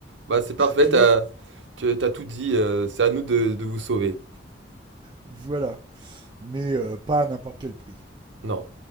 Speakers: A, on the right (about 75°); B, on the right (about 25°).
A: Bah, c'est parfait,
B: tu
A: t'as,
B: vois.
A: tu as tout dit. euh, c'est à nous de, de vous sauver.
B: Voilà, mais euh, pas à n'importe quel prix.
A: Non.